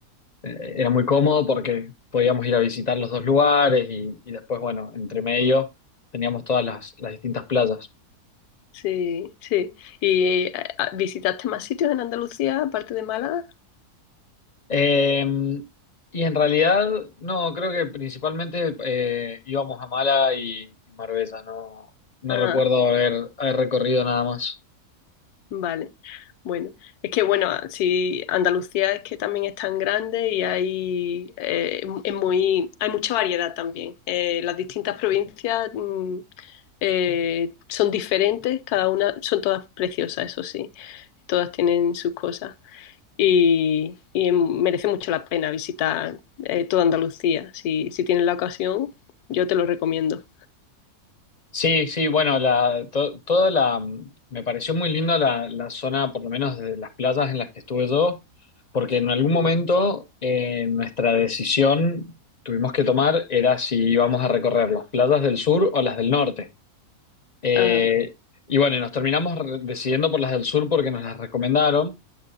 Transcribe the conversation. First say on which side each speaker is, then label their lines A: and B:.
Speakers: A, on the left (about 40°); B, on the left (about 80°).
A: eh, era muy cómodo porque podíamos ir a visitar los dos lugares y, y después, bueno, entre medio teníamos todas las, las distintas playas.
B: sí, sí. ¿Y eh, visitaste más sitios en Andalucía aparte de Málaga?
A: Eh, y en realidad, no, creo que principalmente eh, íbamos a Mala y, y Marbella, no, no
B: Ajá.
A: recuerdo haber, haber recorrido nada más.
B: Vale, bueno, es que bueno, si Andalucía es que también es tan grande y hay eh, es muy hay mucha variedad también. Eh, las distintas provincias mm, eh, son diferentes, cada una son todas preciosas, eso sí, todas tienen sus cosas y, y merece mucho la pena visitar eh, toda Andalucía. Si si tienes la ocasión, yo te lo recomiendo.
A: Sí, sí, bueno, la, to- toda la, mm, me pareció muy lindo la, la zona, por lo menos de las playas en las que estuve yo, porque en algún momento
B: Mm.
A: eh, nuestra decisión tuvimos que tomar era si íbamos a recorrer las playas del sur o las del norte. Eh,
B: Ajá.
A: y bueno, y nos terminamos re- decidiendo por las del sur porque nos las recomendaron,